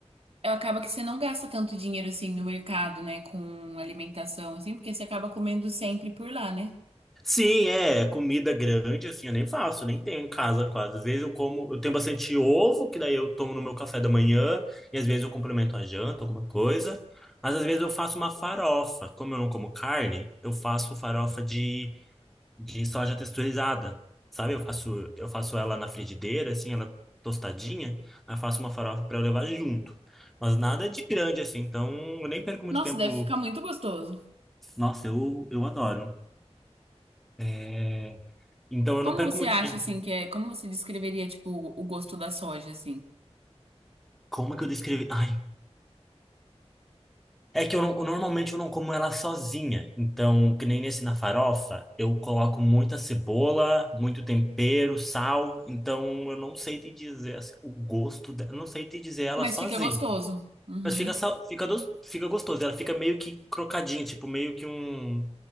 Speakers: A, on the right (about 60°); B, in the centre.
A: Acaba que você não gasta tanto dinheiro assim no mercado, né? Com alimentação, assim, porque você acaba comendo sempre por lá, né?
B: Sim, é comida grande, assim, eu nem faço, nem tenho em casa quase. Às vezes eu como, eu tenho bastante ovo, que daí eu tomo no meu café da manhã, e às vezes eu complemento a janta, alguma coisa. Mas às vezes eu faço uma farofa. Como eu não como carne, eu faço farofa de, de soja texturizada. Sabe? Eu faço, eu faço ela na frigideira, assim, ela tostadinha, aí eu faço uma farofa para eu levar junto. Mas nada de grande, assim, então eu nem perco muito
A: Nossa,
B: tempo.
A: deve ficar muito gostoso.
B: Nossa, eu, eu adoro. É... Então eu
A: Como
B: não perco
A: você
B: muito
A: acha
B: tempo.
A: assim que é, como você descreveria tipo o gosto da soja assim?
B: Como é que eu descrevi? Ai, é que eu não, normalmente eu não como ela sozinha. Então, que nem nesse na farofa, eu coloco muita cebola, muito tempero, sal. Então, eu não sei te dizer assim, o gosto dela. Eu não sei te dizer ela
A: Mas
B: sozinha.
A: fica gostoso. Uhum.
B: Mas fica, sal- fica, do- fica gostoso. Ela fica meio que crocadinha, tipo, meio que um.